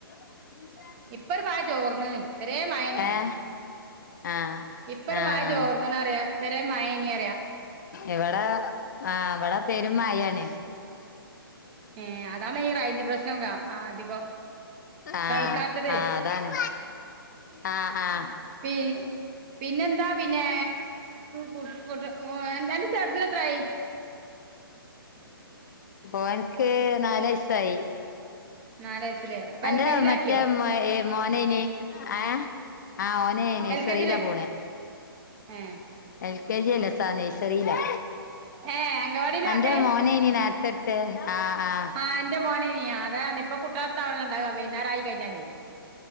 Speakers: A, on the left; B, on the right.
A: എന്ത
B: ഇപ്പൊ ഒരു മായ ചോർന്ന് ഇതരേ മായന
A: ഏഹ് ആഹ്
B: ഇപ്പൊ ഒരു
A: ആഹ്
B: മയ ചോർന്ന്ണ്റിയ
A: ആഹ്
B: ഇവരെ മായ നി റിയാം
A: ഇവിടെ ആ അ വിടെ പേരും മായണ്.
B: ഏ ഹ് അതാണ് ഈ ഒരു റയ്ഞ്ച് പ്രശ്നം അധികം.
A: ആഹ്
B: കേൾക്കാത്തതേ
A: ആഹ് അതാണ് ആഹ് ആഹ്
B: പി പിന്നെെന്താ പിന്നെ <unintelligible> ഓ ന്റെ ചെർതിട്ന് എത്രായി?
A: ഒന്ക്ക് നാല വയസായി.
B: നാല് വയസ്സില് അപ്പൊ
A: അന്റെ
B: എൽ കെ ജിലാക്കിയോ
A: മറ്റേ മോനനി ഏഹ് ആഹ് ഓനെനെ നയ്സറിയിലാ
B: എൽ കെ ജില
A: പോണെ.
B: ഏ
A: എൽ കെ ജി അല്ലേ സാ നഴ്സറിയിലാ
B: ഏ അംഗവാടിയിലാ
A: അന്റെ
B: ആക്കല്
A: മോനെ നി നേരത്തെടു ആഹ് ആഹ്
B: ആ ന്റെ മോനെനിയ അതാ ഇപ്പൊ കുട്ടാലടതല്ണ ണ്ടാവാ വെയ്ന്നര ആ യി കഴിഞ്ഞാലേ